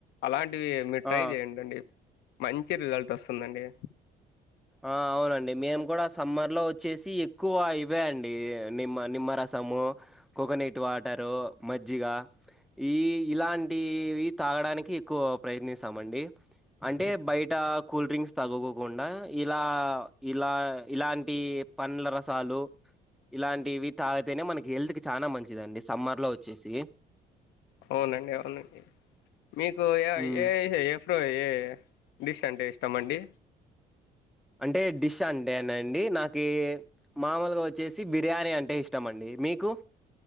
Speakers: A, on the left (about 85°); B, in the centre.
A: అలాంటి వి మీరు ట్రై
B: ఆ
A: చేయండిండి. మంచి రిజల్ట్ వస్తుందండి.
B: ఆ అవునండి. మేము కూడా సమ్మర్లో వచ్చేసి ఎక్కువ ఇవేయంండి. నిమ్మ నిమ్మరసము కోకోనట్ వాటరు మజ్జిగ ఈ ఇలాంటివి తాగడానికి ఎక్కువ ప్రయత్నిస్తామండి. అంటే బయట కూల్డ్రింక్స్ తగ్కుండా ఇలా ఇలా ఇలాంటి పండ్ల రసాలు ఇలాంటి ఇవి తాగితేనే మనకి హెల్త్ కి చాలా మంచిదండి. సమ్మర్ లో వచ్చేసి
A: అవునండి అవునండి మీకు ఏ
B: హ్మ్
A: ఏ ఎఫ్రో ఏ డిష్ అంటే ఇష్టమ అండి
B: అంటే డిష్ అంటేన అండి నాకు మామూలుగా వచ్చేసి బిర్యానీ అంటే ఇష్టం అండి మీకు